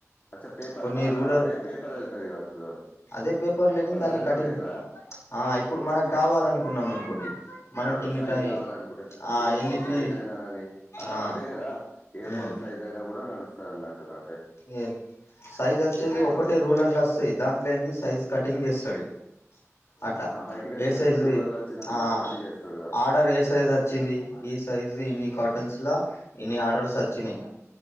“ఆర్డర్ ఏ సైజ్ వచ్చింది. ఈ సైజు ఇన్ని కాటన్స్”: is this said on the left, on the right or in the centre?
Left